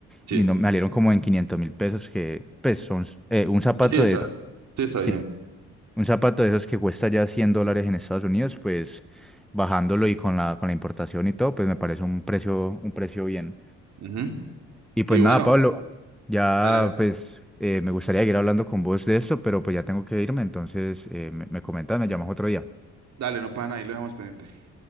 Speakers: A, on the right (about 65°); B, in the centre.
A: Sí,
B: y no, me salieron como en quinientos mil pesos, que pues son eh, un zapato
A: sí, está,
B: de esos,
A: sí, está
B: sí, un zapato de esos que cuesta ya 100 dólares en Estados Unidos, pues bajándolo y con la, con la importación y todo, pues me parece un precio, un precio bien.
A: bien.
B: Y pues
A: Y
B: nada,
A: bueno,
B: Pablo, ya
A: dale, dale.
B: pues eh, me gustaría seguir hablando con vos de esto, pero pues ya tengo que irme, entonces eh, me, me comentas, me llamas otro día.
A: Dale, no pana, ahí lo dejamos pendiente.